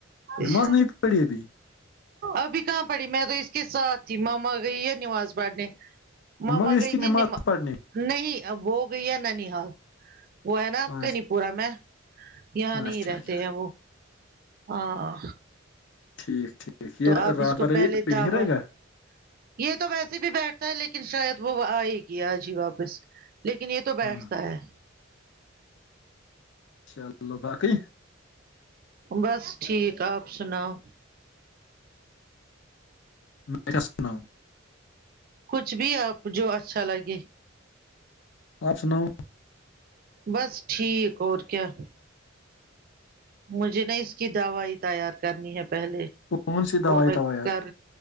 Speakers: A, on the right; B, on the left.
A: اس
B: نماز نہیں پڑھی ابھی
A: ابھی کہاں پڑھی میں تو اس کے ساتھ تھی ماما گئی یہ نماز پڑھنے مما
B: گئی اس
A: گئیتی
B: کی
A: نماز
B: پڑھنے
A: نہیں اب وہ گئی ہے نا نہال وہ ہے نا اب
B: اچھا
A: کہ نہیں پورا میں یہاں نہیں
B: اچھا
A: رہتے
B: اچھا،
A: ہیں وہ ہاں
B: ٹھیک ٹھیک یہ
A: تو آپ
B: رات
A: اس کو
B: بھر
A: پہلے
B: یہ
A: دعوت
B: یہی رہے گا
A: یہ تو ویسے بھی بیٹھتا ہے لیکن شاید وہ ائے ہی گیا آج ہی واپس لیکن یہ تو تو بیٹھتا
B: ہاں
A: ہے
B: چلو باقی
A: بس ٹھیک آپ سناو
B: میں کیا سناوں
A: کچھ بھی آپ جو اچھا لگے
B: آپ سناؤ
A: بس ٹھیک اور کیا مجھے نا اس کی دوائی تیار کرنی ہے پہلے
B: کون سی دوائی
A: وہ میں
B: دوا یار
A: کر